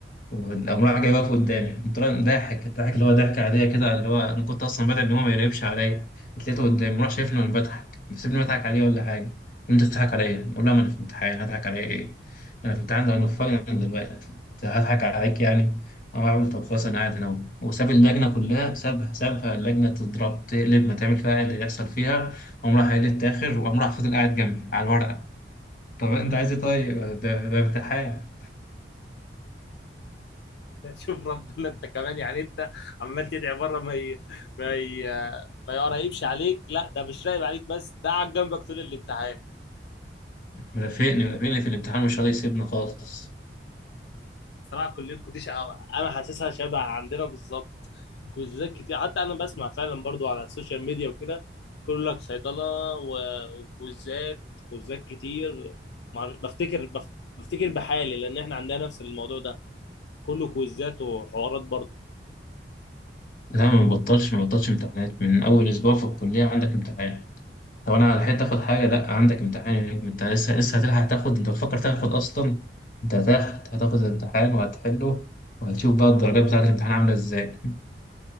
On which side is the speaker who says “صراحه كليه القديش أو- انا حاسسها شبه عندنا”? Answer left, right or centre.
Left